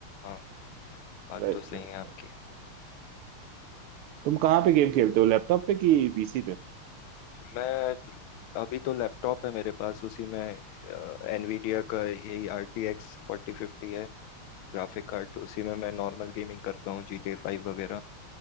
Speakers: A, on the left; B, on the right.
A: हाँ बात
B: राइट
A: तो सही
B: राइट
A: है आपकी
B: राइट तुम कहाँ पे गेम खेलते हो लैपटॉप पे कि पीसी पे
A: मैं अभी तो लैपटॉप है मेरे पास उसी में एनवीडिया का यही आर टी एक्स फोर्टी फिफ्टी है ग्राफिक कार्ड उसी में मैं नॉर्मल गेमिंग करता हूँ जी टी ए फाइव वगैरह